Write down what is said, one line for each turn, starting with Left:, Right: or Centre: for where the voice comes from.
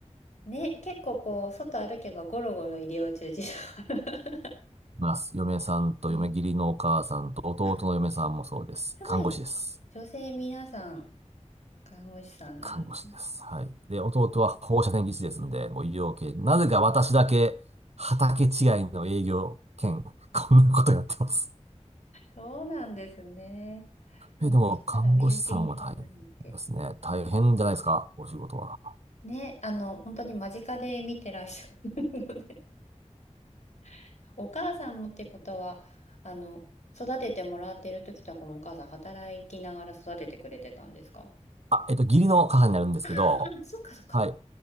Left: ね、結構こう、外歩けばゴロゴロ医療従事者。<laughs>
Right: います。嫁さんと嫁義理のお母さんと弟の嫁さんもそうです。
Left: ね、あ、すごい。
Right: 看護師です。
Left: 女性皆さん、看護師さんなんです。
Right: 看護師です。はい。で、弟は放射線技師ですんで、もう医療系。なぜか私だけ、畑違いの営業兼、<laughs> こんなことやってます。
Left: そうなんですね。もうそしたら身内にそんなにいて。
Right: え、でも、看護師さんは大変ですね。大変じゃないですか、お仕事は。
Left: ね、あの、本当に間近で見てらっしゃるので、<laughs> お母さんもってことは、あの、育ててもらってる時とかもお母さん働きながら育ててくれてたんですか
Right: あ、えっと、義理の母になるんですけど、
Left: あ、そっかそっか。
Right: はい。